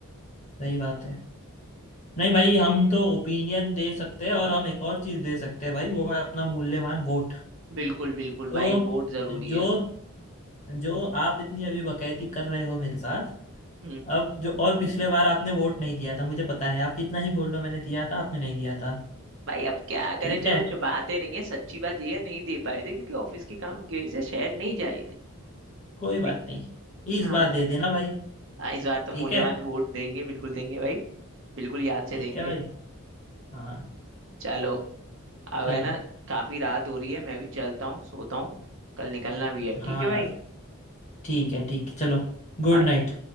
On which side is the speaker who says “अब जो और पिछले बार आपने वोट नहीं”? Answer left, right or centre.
Left